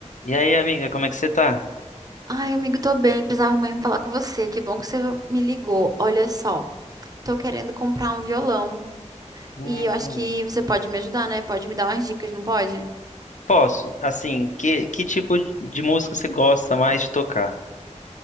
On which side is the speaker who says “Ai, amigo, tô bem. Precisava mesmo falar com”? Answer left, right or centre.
Right